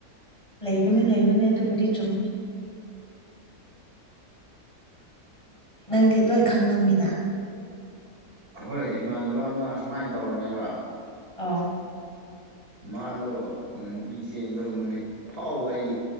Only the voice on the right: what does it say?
ꯍꯣꯏ ꯏꯃꯥꯟꯅꯕ ꯑꯃ ꯑꯨꯃꯥꯏꯅ ꯇꯧꯔꯝꯃꯦꯕ
ꯃꯥꯗꯣ ꯅꯨꯄꯤꯁ ꯌꯦꯡꯗꯕ ꯅꯨꯃꯤꯠ ꯐꯥꯎꯕ ꯑꯩ